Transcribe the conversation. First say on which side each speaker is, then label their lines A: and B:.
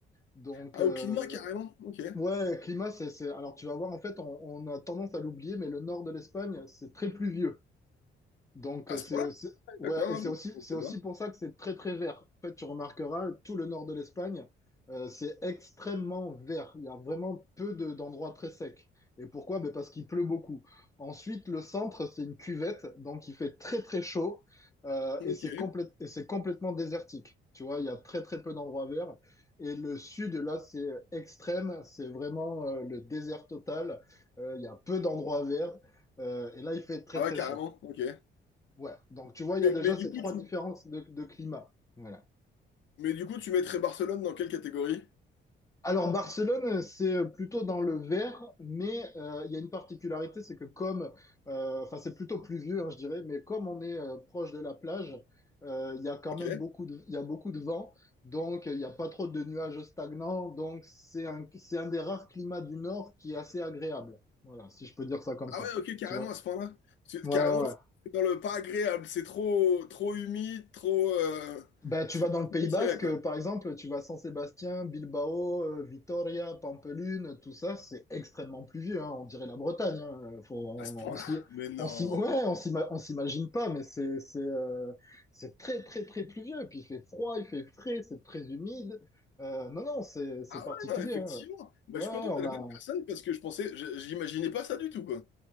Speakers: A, on the left; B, on the left.
A: Donc,
B: Ah,
A: euh,
B: au climat, carrément? Ok.
A: ouais, climat, c'est, c'est... Alors, tu vas voir, en fait, on, on a tendance à l'oublier, mais le nord de l'Espagne, c'est très pluvieux. Donc,
B: À
A: euh, c'est
B: ce point-là?
A: aussi,
B: Ouais,
A: ouais,
B: D'accord,
A: et c'est
B: hein, je
A: aussi,
B: ne pensais
A: c'est aussi
B: pas.
A: pour ça que c'est très, très vert. En fait, tu remarqueras, tout le nord de l'Espagne, euh, c'est extrêmement vert. Il y a vraiment peu de- d'endroits très secs. Et pourquoi? Ben, parce qu'il pleut beaucoup. Ensuite, le centre, c'est une cuvette, donc il fait très, très chaud, euh, et
B: Ok.
A: c'est complète- et c'est complètement désertique. Tu vois, il y a très, très peu d'endroits verts. Et le sud, là, c'est extrême, c'est vraiment, euh, le désert total. Euh, il y a peu d'endroits verts, euh, et là, il fait très,
B: Ah
A: très
B: ouais, carrément?
A: chaud.
B: Ok.
A: Ouais, donc tu vois,
B: Mais,
A: il y a déjà
B: mais du
A: ces
B: coup,
A: trois
B: tu,
A: différences de, de climat. Voilà.
B: Mais du coup, tu mettrais Barcelone dans quelle catégorie?
A: Alors Barcelone, c'est plutôt dans le vert, mais euh, il y a une particularité, c'est que comme, euh, enfin c'est plutôt pluvieux, hein, je dirais, mais comme on est euh, proche de la plage, euh, il y a quand
B: Ok.
A: même beaucoup de, il y a beaucoup de vent, donc euh, il n'y a pas trop de nuages stagnants, donc c'est un, c'est un des rares climats du nord qui est assez agréable. Voilà, si je peux dire ça comme
B: Ah
A: ça.
B: ouais, ok, carrément
A: Tu vois?
B: à ce point-là. C'est-
A: Ouais,
B: Carrément,
A: ouais. ouais.
B: c'est dans le pas agréable. C'est trop, trop humide, trop. euh,
A: Ben, tu
B: C'est
A: vas dans
B: pas
A: le
B: ce
A: Pays
B: que
A: Basque,
B: je dirais, quoi.
A: euh, par exemple, tu vas saint Sébastien, Bilbao, euh, Vitoria, Pampelune, tout ça, c'est extrêmement pluvieux, hein, on dirait la Bretagne. hein, faut- on
B: À ce point-là?
A: on se li-
B: Mais non.
A: on s'im- ouais, on s'ima- on s'imagine pas, mais c'est c'est euh, c'est très, très, très pluvieux. Puis il fait froid, il fait frais, c'est très humide. Euh, non, non, c'est c'est
B: Ah
A: particulier.
B: ouais, non, effectivement.
A: hein.
B: Bah,
A: Ouais,
B: je
A: ouais,
B: suis content
A: on
B: de la
A: a,
B: bonne personne parce que je pensais, je- j'imaginais pas ça du tout, quoi.